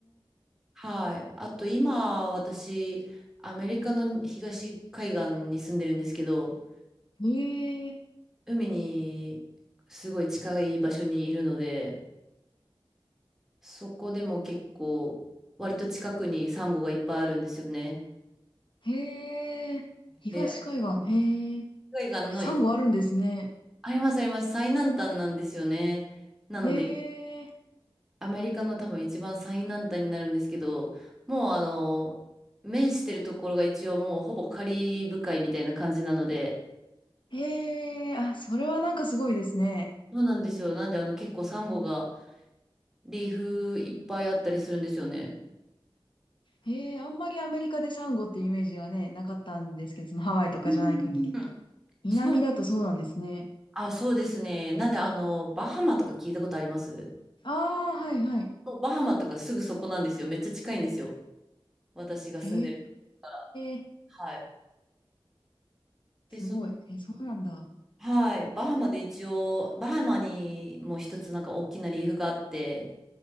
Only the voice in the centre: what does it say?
はい。あと、今、私、アメリカの東海岸に住んでるんですけど、
海にすごい近い場所にいるので、そこでも結構、割と近くにサンゴがいっぱいあるんですよね。
で、
海岸の、
いありますあります、最南端なんですよね。なので、
アメリカの多分一番最南端になるんですけど、もうあの、面してるところが一応もうほぼカリブ海みたいな感じなので、
そうなんですよ。なんであの結構サンゴがリーフいっぱいあったりするんですよね。
うんうんうんうん
そう、あ、そうですね。なんであの、バハマとか聞いたことあります
もうバハマとかすぐそこなんですよ。めっちゃ近いんですよ。私が住んでるところから。
はい。で、
そ
はい、バハマで一応、バハマにも一つなんか大きなリーフがあって、